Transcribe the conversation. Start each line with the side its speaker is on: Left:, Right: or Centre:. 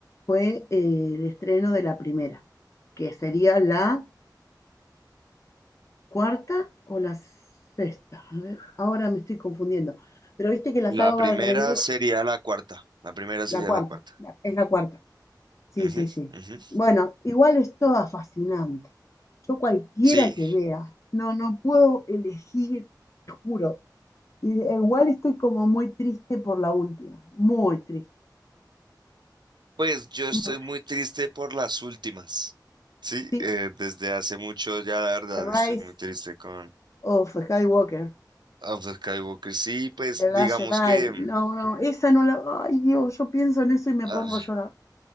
Left: fue eh, el estreno de la primera, que sería la cuarta o la sexta. A ver, ahora me estoy confundiendo. Pero viste que la
Right: La
Left: saga
Right: primera
Left: va al revés,
Right: sería la cuarta. La primera sería
Left: la cuarta,
Right: la cuarta.
Left: es la cuarta. Sí,
Right: Ujú,
Left: sí, sí.
Right: ujú.
Left: Bueno, igual es toda fascinante. Yo cualquiera
Right: Sí,
Left: que vea, no, no puedo elegir, te juro. Y igual estoy como muy triste por la última, muy triste.
Right: pues yo estoy
Left: Mm,
Right: muy triste por las últimas. Sí,
Left: Sí,
Right: eh, desde hace mucho ya la verdad
Left: The Rise
Right: estoy muy triste con
Left: of Skywalker,
Right: Of the Skywalker. Sí, pues
Left: The
Right: digamos
Left: Last Jedi.
Right: que... mm,
Left: No, no, esa no la... Ay, Dios, yo pienso en eso y me
Right: ah,
Left: pongo a llorar.